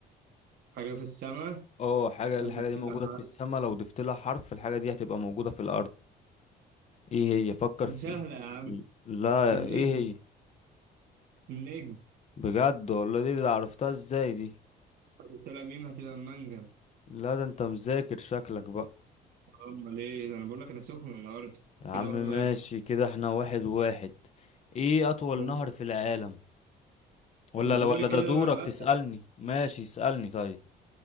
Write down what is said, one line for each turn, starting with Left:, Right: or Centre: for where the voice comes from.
Right: حاجة في السماء
Left: اه حاجة الحاجة
Right: هتبتلع
Left: دي موجودة في
Right: عارف
Left: السماء لو ضفت لها حرف الحاجة دي هتبقى موجودة في الأرض ايه هي فكر فيه
Right: سهلة يا عم
Left: لا
Right: النجم
Left: ايه هي
Right: النجم
Left: بجد والله دي, دي عرفتها ازاي دي
Right: هتبتلع ميم هتبقى منجم
Left: لا ده انت مذاكر شكلك بقى
Right: أمال إيه أنا بقول لك أنا سخن النهاردة
Left: يا عم
Right: كده واحد واحد
Left: ماشي كده احنا واحد واحد ايه أطول
Right: هوب
Left: نهر في العالم ولا
Right: ده
Left: لا
Right: دوري
Left: ولا
Right: كده
Left: ده دورك
Right: أنا اللي
Left: تسألني
Right: أسأل
Left: ماشي اسألني طيب